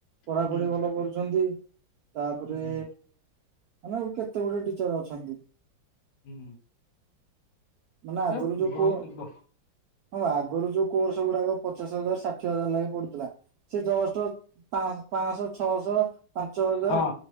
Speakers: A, on the right; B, on the left.
A: ପଢାପଢି
B: ହୁଁ।
A: ଭଲ କରୁଛନ୍ତି ତାପରେ
B: ହୁଁ
A: ମାନେ ଆଉ କେତେ ଗୁଡେ ଟିଚର ଅଛନ୍ତି।
B: ହୁଁ।
A: ମାନେ ଆଗୁରୁ
B: ଏ
A: ଯୋଉ
B: ବହୁତ
A: କୋଅ
B: ବ
A: ହଁ ଆଗରୁ ଯୋଉ କୋର୍ସ ଗୁଡାକ ପଚାଶ ହଜାର ଷାଠିଏ ହଜାର ଲେଖା ପଡୁଥିଲା। ସେ ଯଷ୍ଟ୍ ପା ପାଁଶହ ଛଅଶହ ପାଞ୍ଚ ହଜାର
B: ହଁ